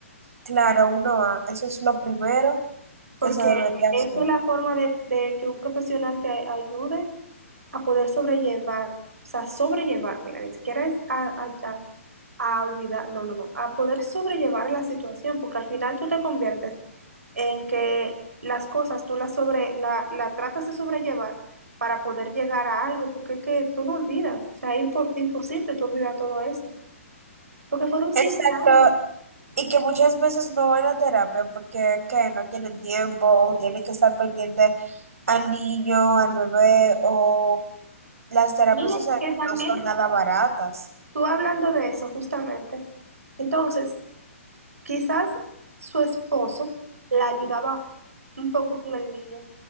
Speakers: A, on the right; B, on the right.
A: Claro, uno va. Eso es lo primero
B: porque
A: que se debería
B: esta
A: hacer.
B: es la forma de, de que un profesional te ayude a poder sobrellevar, o sea, sobrellevar, mira, ni siquiera es a, a, a- a olvidar, no, no, no, a poder sobrellevar la situación, porque al final tú te conviertes en que las cosas tú las sobre, la, la tratas de sobrellevar para poder llegar a algo, porque es que tú no olvidas, o sea, es impo- imposible tú olvidar todo eso, porque fueron siete
A: Exacto,
B: años.
A: Y que muchas veces no van a terapia porque que no tienen tiempo o tienen que estar pendiente al niño, al bebé o las terapias
B: Mira,
A: sociales
B: que también,
A: no son nada baratas.
B: tú hablando de eso, justamente, entonces, Quizás su esposo la ayudaba un poco con el niño,